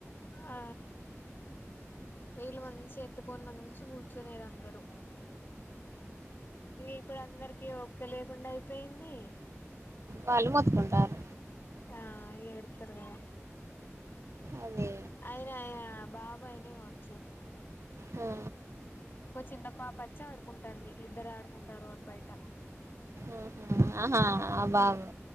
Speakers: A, on the left; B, on the right.
A: ఆ. వీళ్ళు మంచిగాఎత్తుకొని మంచిగా కూర్చునేది అందరూ. ఇప్పుడు అందరికిీ ఓపిక లేకుండా అయిపోయింది.
B: వాళ్ళు మొతుకుంటారు.
A: ఆ ఏడుస్తారు కదా.
B: అదే.
A: అయిన బాబాయినే వచ్చు.
B: ఆ.
A: ఓ చిన్న పాప వచ్చి ఆడుకుంటాది ఇద్దరు ఆడుకుంటారు బయట.
B: ఉహు ఆహా ఆ బాబు